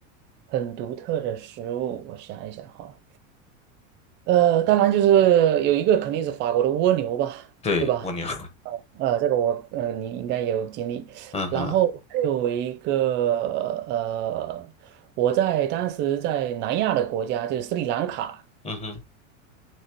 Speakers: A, on the right; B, on the left.
A: 很独特的食物，我想一想哈，呃，当然就是有一个肯定是法国的蜗牛吧，
B: 对，
A: 对吧？
B: 蜗牛，
A: 呃，这个我呃，你应该也有经历。
B: <laughs> 嗯哼，
A: 然后还有一个呃，我在当时在南亚的国家，就是斯里兰卡，
B: 嗯哼，